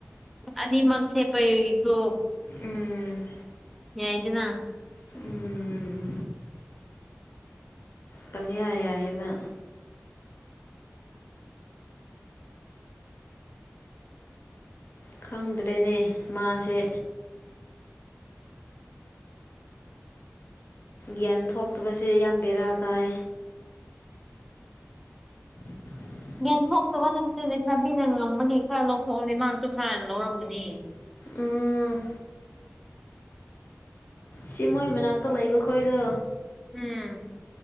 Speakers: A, in the centre; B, on the left.
A: ꯑꯅꯤꯃꯛꯁ ꯄꯁꯨ
B: ꯎꯝ
A: ꯌꯥꯏꯗꯗꯅꯥ
B: ꯎꯝ ꯄꯪꯌꯥ ꯌꯥꯏꯕ ꯈꯪꯗ꯭ꯔꯦꯅꯦ ꯃꯥꯁꯦ ꯒ꯭ꯌꯥꯟ ꯊꯣꯛꯇꯕꯁꯦ ꯌꯥꯝ ꯕꯦꯔꯥ ꯇꯥꯏ <unintelligible>
A: ꯌꯦꯟꯊꯣꯛꯇꯕ ꯅꯠꯇꯗꯤ ꯁꯥꯕꯤꯅ ꯉꯝꯕꯒꯤ ꯈꯔ ꯂꯧꯊꯣꯛꯑꯗꯤꯃꯥꯡꯁꯨ ꯈꯔꯅ ꯂꯧꯔꯝꯒꯅꯤ
B: ꯎꯝ ꯁꯤ ꯃꯣꯏ ꯃꯅꯥꯛꯇ ꯂꯩꯕ ꯈꯣꯏꯗꯣ
A: ꯎꯝ